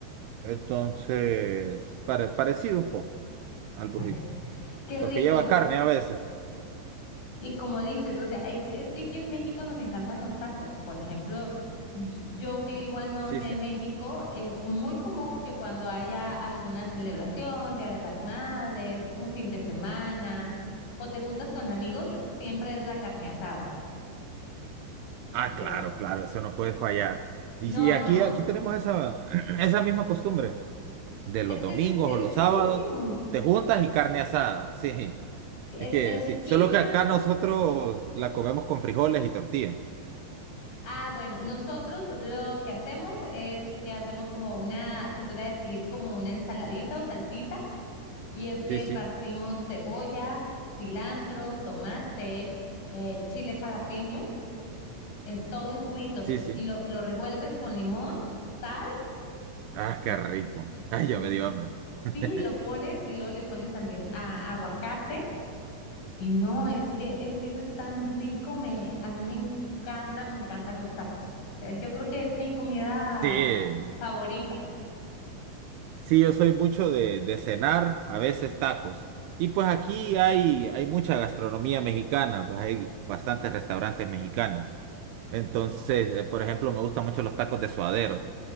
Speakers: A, on the right; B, on the left.
A: Entonces,
B: Sí,
A: pare- parecido un poco al burrito,
B: Parece. Qué
A: porque
B: rico.
A: lleva carne
B: Y,
A: a veces.
B: y como dices, o sea, es, es que aquí en México nos encantan los tacos. Por ejemplo, yo que vivo al norte
A: Sí, sí.
B: de México, es muy común que cuando haya alguna celebración, Día de las Madres, un fin de semana, o te juntas con amigos, siempre es la carne asada.
A: Ah,
B: Entonces,
A: claro, claro, eso no puede fallar. Y
B: No,
A: si aquí,
B: no.
A: aquí tenemos esa, <clears throat> esa misma costumbre de los
B: Es
A: domingos
B: que es, es
A: o los
B: riquísimo.
A: sábados, te juntas y carne asada, sí.
B: Sí, Es,
A: Es que
B: es riquísima.
A: sí, solo que acá nosotros la comemos con frijoles y tortilla.
B: Ah, bueno, nosotros lo que hacemos es que hacemos como una, se podría decir como una ensaladita o salsita, y es que
A: Sí, sí,
B: partimos cebolla, cilantro, tomate, eh, chile jalapeño, en todo en cubitos,
A: sí, sí.
B: y lo, lo revuelves con limón, sal,
A: Ah,
B: en-
A: qué rico. <laughs> Ay,
B: entonces
A: ya me dio hambre.
B: sí
A: <laughs>
B: lo pones y luego le pones también a- aguacate Y no, es que es que eso es tan rico, me a mí me encanta, me encantan los tacos. O sea, yo creo que es mi comida
A: Sí,
B: favorita.
A: sí, yo soy mucho de, de cenar, a veces tacos. Y pues aquí hay, hay mucha gastronomía mexicana, pues hay bastantes restaurantes mexicanos. Entonces, eh, por ejemplo, me gustan mucho los tacos de suadero.